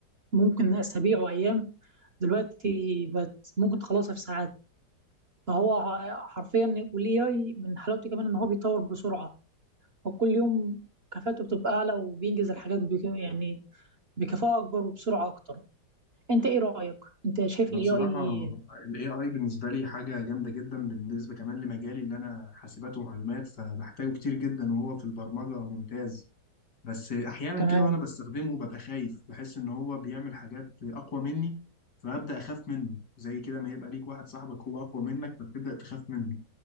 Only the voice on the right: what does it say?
ممكن أسابيع وأيام دلوقتي بقت ممكن تخلصها في ساعات فهو ح- حرفيا وال AI من حلاوته كمان إن هو بيتطور بسرعة وكل يوم كفاءته بتبقى أعلى وبينجز الحاجات بك يعني بكفاءة أكبر وبسرعة أكتر أنت إيه رأيك؟ أنت شايف
ال AI
تمام